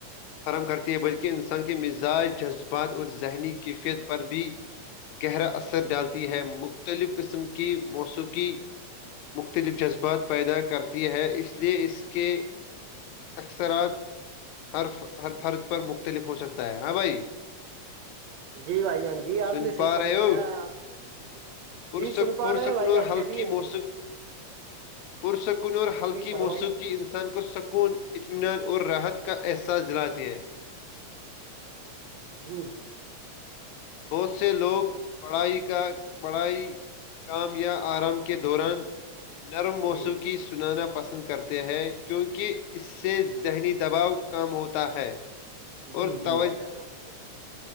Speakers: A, on the left (about 80°); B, on the right (about 75°).
A: فراہم کرتی ہے بلکہ انسان کے مزاج جذب بات اور ذہنی کیفیت پر بھی گہرا اثر ڈالتی ہے مختلف قسم کی موسیقی مختلف جذبات پیدا کرتی ہے اس لیے اس کے اکثرات ہر ہر فرد پر مختلف ہو سکتا ہے ہاں بھائی
B: جی بھائی جان جی آپ
A: سن
B: نے صحیح
A: پا
B: فرمایا
A: رہے ہو
B: آپ
A: پرسک
B: جی سن پا
A: پرسکون
B: رہے ہیں بھائی
A: اور
B: جار
A: ہلکی
B: بولیےسے
A: موسیق پرسکون اور ہلکی
B: فرمائی
A: موسیوق کی انسان کو سکون اطمینان اور راحت کا احساس دلاتی ہے
B: <inaudible> ہوں
A: بہت سے لوگ پڑھائی کا پڑھائی کام یا
B: ہاں
A: آرام کے دوران نرم موسیقی
B: جی جی
A: سنانا پسند کرتے ہیں کیونکہ اس سے ذہنی دباؤ کم ہوتا ہے اور
B: جی
A: توجہ
B: جی بھائی جانا آپ سے کیا